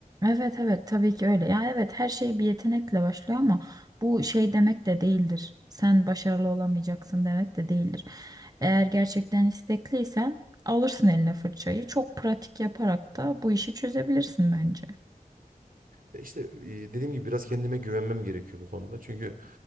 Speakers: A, on the right (about 25°); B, on the right (about 70°).
A: Evet evet tabii ki öyle. Ya evet her şey bir yetenekle başlıyor ama bu şey demek de değildir. Sen başarılı olamayacaksın demek de değildir. Eğer gerçekten istekliysen alırsın eline fırçayı. Çok pratik yaparak da bu işi çözebilirsin bence.
B: Ya İşte e, dediğim gibi biraz kendime güvenmem gerekiyor bu konuda. Çünkü